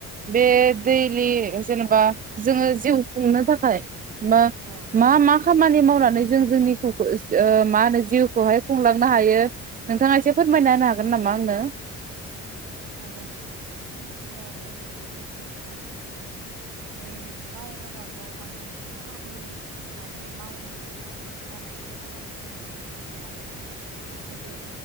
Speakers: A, on the right; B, on the right.
A: बे दैलि जेनेबा जोङो जिउ खुंनो थाखाय मा
B: औ
A: मा मा खामानि मावनानै जों <unintelligible> मा होनो जिउखौहाय बुंलांनो हायो नोंथाङा एसे फोरमायना होनो हागोन नामा आंनो
B: हागोन नोंथां जोङो दैयलि लाइभ होनबा जों माने गाव गावबा गाव माने खामानि माने मावनो गोसो जानाय जानां निजि खुंनो थाखायबो